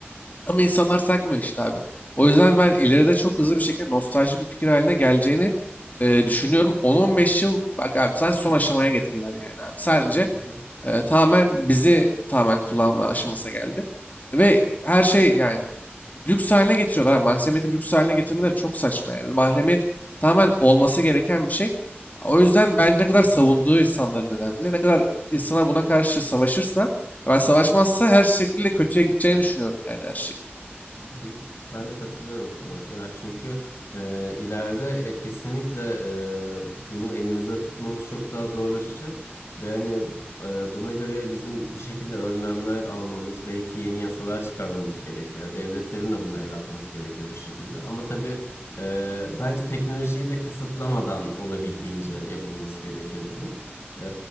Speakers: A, on the left; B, on the left.
A: Ama insanlar takmıyor işte abi. O yüzden ben ileride çok hızlı bir şekilde nostaljik bir fikir haline geleceğini e, düşünüyorum. 10-15 yıl bak abi sen son aşamaya getirirler yani abi. Sadece
B: Hı hı.
A: e, tamamen bizi tamamen kullanma aşamasına geldi. Ve her şey yani lüks haline getiriyorlar. Yani mahremiyeti lüks haline getirmeleri çok saçma yani. Mahremiyet tamamen olması gereken bir şey. O yüzden bence ne kadar savunduğu insanların önemli. Ne kadar insanlar buna karşı savaşırsa, ben savaşmazsa her şekilde kötüye gideceğini düşünüyorum yani her şey.
B: Hı hı. Ben de katılıyorum sana. Ya çünkü e, ileride ya kesinlikle e, bunu elimizde tutmamız çok daha zorlaşacak ve hani e, buna göre bizim bir şekilde önlemler almamız, belki yeni yasalar çıkarmamız gerekiyor. Ya Devletlerin de buna el atması gerekiyor bir şekilde. Ama tabii e, bence teknolojiyi de kısıtlamadan olabildiğince yapılması gerekiyor bunun. E,